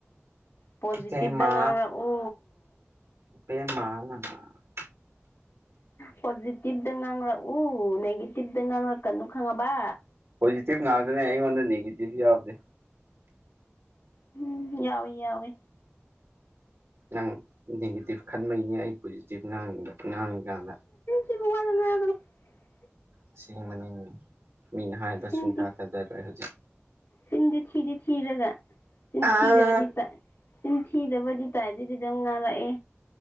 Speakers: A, on the left; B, on the right.
A: ꯄꯣꯖꯤꯇꯤꯚꯇ
B: ꯏꯆꯦꯃ
A: ꯉꯥꯡꯂꯛꯎ
B: <unintelligible>
A: ꯄꯣꯖꯤꯇꯤꯚꯇ ꯉꯥꯡꯔꯛꯎ ꯅꯦꯒꯦꯇꯤꯚꯇ ꯉꯥꯡꯔꯛꯀꯅꯨ ꯈꯪꯉꯕ
B: ꯄꫭꯖꯤꯇꯤꯕ ꯉꯥꯛꯇꯅꯦ ꯑꯩꯉꯣꯟꯗ ꯅꯦꯒꯦꯇꯤꯕ ꯌꯥꯎꯗꯦ
A: ꯎꯝ ꯌꯥꯎꯋꯦ ꯌꯥꯎꯋꯦ
B: ꯅꯪ ꯅꯦꯒꯦꯇꯤꯚ ꯈꯟꯕꯩꯅꯤ ꯑꯩ ꯄꯣꯖꯤꯇꯤꯚ ꯉꯥꯡꯉꯤꯗꫭ ꯉꯥꯡꯉꯤꯀꯥꯗ
A: <unintelligible>
B: ꯑꯁꯦꯡꯕꯃꯅꯤꯅꯦ ꯃꯤꯅ ꯍꯥꯏꯕꯗ
A: ꯆꯤꯟ
B: ꯁꯨꯡꯊꯥ
A: ꯊꯤ
B: ꯇꯥꯖꯗ꯭ꯔꯦꯏ ꯍꯧꯖꯤꯛ
A: ꯆꯤꯟꯗꯤ ꯊꯤꯗꯤ ꯊꯤꯔꯒ ꯆꯤꯟ
B: ꯑꯥ
A: ꯊꯤꯗꯕꯗꯤ ꯇꯥꯏ ꯆꯤꯟ ꯊꯤꯗꯕꯗꯤ ꯇꯥꯏꯗꯗꯤ ꯑꯗꯨꯝ ꯉꯥꯡꯂꯛꯑꯦ